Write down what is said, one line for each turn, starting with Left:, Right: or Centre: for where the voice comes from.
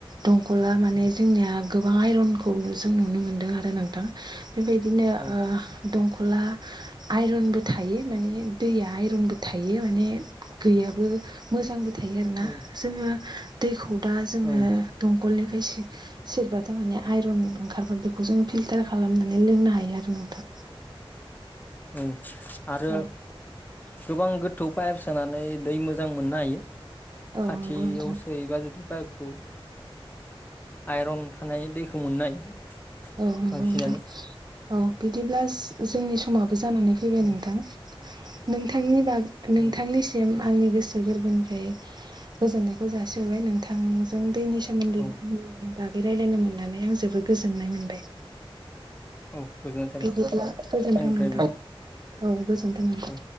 Right: दंखला माने
Left: औ
Right: जोंनिया गोबां आइरनखौ जों नुनो मोनदों आरो नोंथां बेबायदिनो
Left: औ
Right: दंखला आइरनबो थायो माने दैया आयरनबो थायो माने गैयाबो मोजांबो थायो आरोना
Left: औ
Right: जोङो दैखौ दा जोङो
Left: औ
Right: दंखलनि सेरबा थायमाने आयरन ओंखारबा बेखौ जों फिल्टार खालामनानै लोंनो हायो आरो नोंथां
Left: औ आरो
Right: औ
Left: गोबां गोथौ पाइप सोनानै दै मोजां मोननो हायो
Right: औ
Left: खाथियावसोयोबा
Right: नंगौ नोंथां
Left: जदि पाइपखौ आइरन थानाय दैखौ मोननो हायो
Right: औ नंगौ
Left: बांसिनानो
Right: नोंथां औ बिदिब्ला जोंनि समाबो जानानै फैबाय
Left: औ
Right: नोंथां नोंथांनि बागै
Left: औ
Right: नोंथांनिसिम आंनि गोसो गोरबोनि ओमफ्राय गोजोननायखौ जासिहोबाय नोंथांजों दैनि सोमोन्दै
Left: औ
Right: बागै रायज्लायनो मोननानै आं जोबोद गोजोननाय मोनबाय
Left: औ गोजोननाय थाबाय
Right: बिदिब्ला गोजोनथों
Left: आंनिफ्रायबो
Right: नोंथां औ गोजोनथों नोंथां
Left: औ